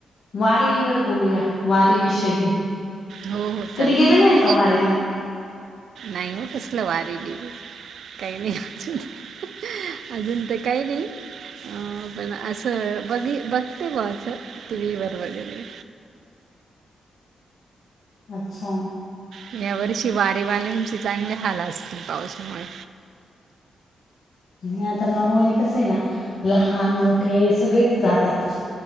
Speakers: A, on the left; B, on the right.
A: वारीवर बोलूया वारी विषय घिऊन,
B: हो हो
A: कधी
B: चालेल
A: गेलेल्या
B: चालेल
A: आहे का वारीला?
B: नाही ओ कसलं वारी ते काही <unintelligible> अजून ते काय नही. अ पण असं बघी बघते बॉ असं टी व्ही वर वगैरे.
A: अच्छा!
B: ह्यांवर्षी वारीवाल्यांचे चांगले हाल असतील पाऊसमुळे.
A: आणि आता नॉर्मली कस आहे ना, लहान, मोठे सगळेच जातात.